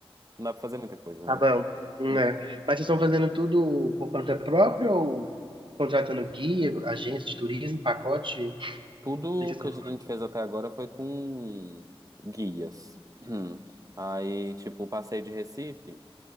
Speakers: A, on the right; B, on the right.
A: não dá pra fazer muita coisa,
B: Tá
A: né?
B: bom. Né?
A: Hum.
B: Mas vocês estão fazendo tudo por conta própria ou contratando guia, agência de turismo, pacote. O que
A: Tudo
B: que vocês
A: que
B: estão
A: a gente fez até agora foi com guias. Hum. Aí, tipo, o passeio de Recife